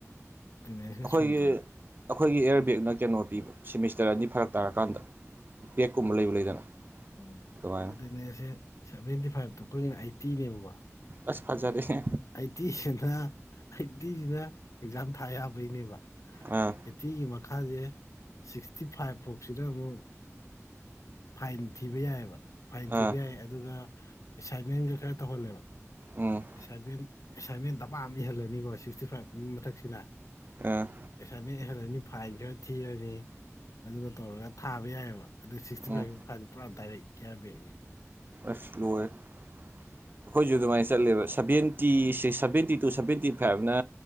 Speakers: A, on the left (about 75°); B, on the right (about 40°).
A: ꯑꯦꯇꯦꯟꯗꯦꯟꯁꯀ
B: ꯑꯩꯈꯣꯏꯒꯤ
A: ꯁꯨꯗ꯭ꯔꯗꯤ
B: ꯑꯩꯈꯣꯏꯒꯤ ꯏꯌꯥꯔꯕꯦꯛꯅ ꯀꯩꯅꯣ ꯄꯤꯕ ꯁꯤꯃꯤꯁꯇꯔ ꯑꯅꯤ ꯐꯔꯛ ꯇꯥꯔꯀꯥꯟꯗ ꯕꯦꯛꯀꯨꯝꯕ ꯂꯩꯕ ꯂꯩꯗꯅ
A: ꯎꯝ
B: ꯑꯗꯨꯃꯥꯏꯅ
A: ꯑꯗꯨꯅꯦꯁꯦ ꯁꯚꯦꯟꯇꯤ ꯐꯥꯏꯚꯇꯣ ꯑꯩꯈꯣꯏꯒꯤꯅ ꯑꯩꯠꯇꯤꯅꯦꯕꯀꯣ
B: ꯑꯁ ꯐꯠꯖꯔꯦꯍꯦ
A: ꯑꯥꯢꯇꯤꯁꯤꯅ ꯑꯥꯏꯇꯤꯁꯤꯅ ꯑꯦꯛꯖꯥꯝ ꯊꯥꯏꯕ ꯌꯥꯕꯩꯅꯦꯕ
B: ꯑꯥ
A: ꯑꯩꯠꯇꯤꯒꯤ ꯃꯈꯥꯁꯦ ꯁꯤꯛꯁꯇꯤ ꯐꯥꯏꯚ ꯐꯥꯎꯁꯤꯅ ꯑꯃꯨꯛ ꯐꯥꯏꯟ ꯊꯤꯕ ꯌꯥꯏꯑꯕ ꯐꯥꯏꯟ ꯊꯤꯕ
B: ꯑꯥ
A: ꯌꯥꯏ ꯑꯗꯨꯒ ꯑꯦꯁꯥꯏꯟꯃꯦꯟꯒ ꯈꯔ ꯇꯧꯍꯜꯂꯦꯕ
B: ꯎꯝ
A: ꯑꯦꯁꯥꯏꯟꯃꯦꯟ ꯑꯦꯁꯥꯏꯟꯃꯦꯟ ꯗꯃꯥꯃ ꯏꯍꯜꯂꯅꯤꯀꯣ ꯁꯤꯛꯁꯇꯤ ꯐꯥꯏꯚ ꯀꯨꯝꯕ ꯃꯊꯛꯁꯤꯅ
B: ꯑ
A: ꯑꯦꯁꯥꯏꯟꯃꯦꯟ ꯏꯍꯜꯂꯅꯤ ꯐꯥꯏꯟ ꯈꯔ ꯊꯤꯔꯅꯤ ꯑꯗꯨꯒ ꯇꯧꯔꯒ ꯊꯥꯕ ꯌꯥꯏꯕ ꯑꯗꯨꯒ ꯁꯤꯛꯁꯇꯤ
B: ꯎꯝ
A: ꯐꯥꯏꯚꯀꯤ ꯃꯈꯥꯗꯤ ꯄꯨꯔꯥ ꯗꯥꯏꯔꯦꯛ ꯏꯌꯥꯔꯕꯦꯛꯅꯤ
B: ꯑꯁ ꯂꯣꯏꯔꯦ ꯑꯩꯈꯣꯏꯁꯨ ꯑꯗꯨꯃꯥꯏꯅ ꯆꯠꯂꯦꯕ ꯁꯚꯦꯟ ꯇꯤ ꯁꯤ ꯁꯕꯦꯟꯇꯤ ꯇꯨ ꯁꯕꯦꯟꯇꯤ ꯐꯥꯏꯕꯅ